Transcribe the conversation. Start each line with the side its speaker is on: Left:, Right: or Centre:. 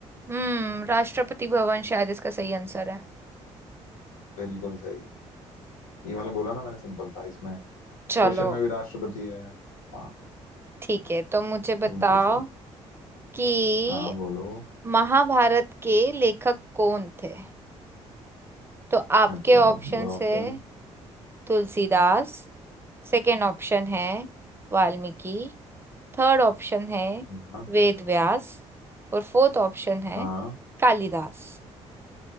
Right: हम्म राष्ट्रपति भवन शायद इसका सही आंसर है
Left: बिल्कुल सही ये वाला बोला ना मैंने सिंपल था इसमें
Right: चलो
Left: क्वेश्चन में भी राष्ट्रपति है हाँ
Right: ठीक है तो मुझे बताओ
Left: तुम पूछो
Right: कि
Left: हाँ बोलो
Right: महाभारत के लेखक कौन थे तो आपके
Left: अच्छा
Right: ऑप्शन
Left: ऑप्शन
Right: है तुलसीदास सेकंड ऑप्शन है वाल्मीकि थर्ड ऑप्शन है
Left: हाँ
Right: वेदव्यास और फोर्थ ऑप्शन है
Left: हाँ,
Right: कालिदास